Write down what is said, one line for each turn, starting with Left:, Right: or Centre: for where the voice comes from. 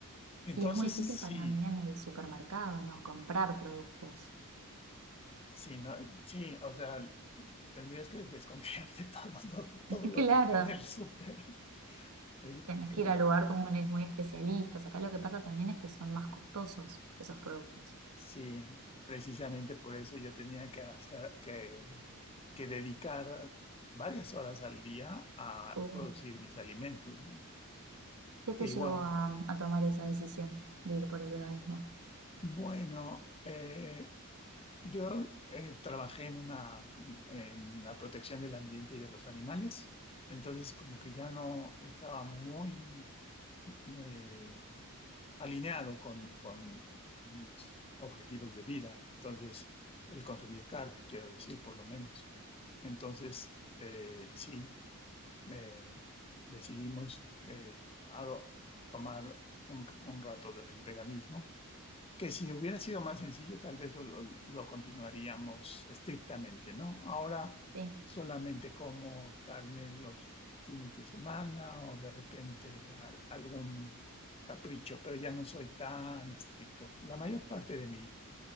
Left: Entonces,
Right: Y es muy difícil
Left: Ujú. sí,
Right: para mí en el supermercado, ¿no? Comprar productos.
Left: sí, no, sí, o sea, tendrías que desconfiar de <laughs> todos los- todo
Right: <laughs>
Left: lo
Right: Claro.
Left: que está en el súper, sí,
Right: Tenés
Left: porque
Right: que
Left: no.
Right: ir al lugar con unos muy especialistas. Acá lo que pasa también es que son más costosos esos productos.
Left: Sí, precisamente por eso yo tenía que hacer que, que dedicar varias horas al día a
Right: Uh,
Left: producir mis alimentos, ¿no?
Right: ¿Qué te
Left: Que
Right: llevó
Left: igual,
Right: a, a tomar esa decisión de ir por el veganismo?
Left: bueno, eh, yo eh, trabajé en una en la protección del ambiente y de los animales, entonces como que ya no estaba muy eh, alineado con, con mis objetivos de vida. Entonces, el consumir carne, quiero decir, por lo menos. Entonces, eh, sí, eh, decidimos eh, ado- tomar un, un rato de- el veganismo que si hubiera sido más sencillo, tal vez lo, lo- lo continuaríamos estrictamente, ¿no? Ahora
Right: Sí,
Left: solamente como carne los fines de semana o de repente al- algún capricho, pero ya no soy tan estricto. La mayor parte de mi